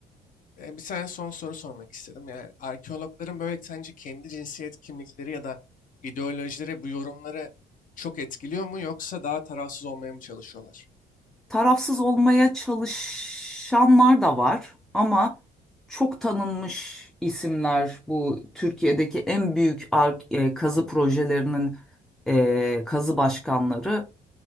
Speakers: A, on the left; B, in the centre.
A: e, bir tane son soru sormak istedim. Yani arkeologların böyle sence kendi cinsiyet kimlikleri ya da ideolojileri bu yorumları çok etkiliyor mu yoksa daha tarafsız olmaya mı çalışıyorlar?
B: Tarafsız olmaya çalışanlar da var ama çok tanınmış isimler bu Türkiye'deki en büyük ark- e, kazı projelerinin e, kazı başkanları